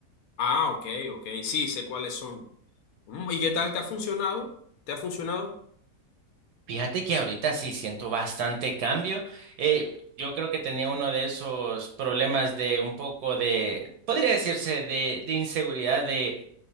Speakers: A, on the left (about 65°); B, on the right (about 75°).
A: Ah, ok, ok, sí, sé cuáles son. Mm, ¿Y qué tal te ha funcionado? ¿Te ha funcionado?
B: Fíjate que ahorita sí siento bastante cambio. Eh, yo creo que tenía uno de esos problemas de un poco de, podría decirse, de, de inseguridad de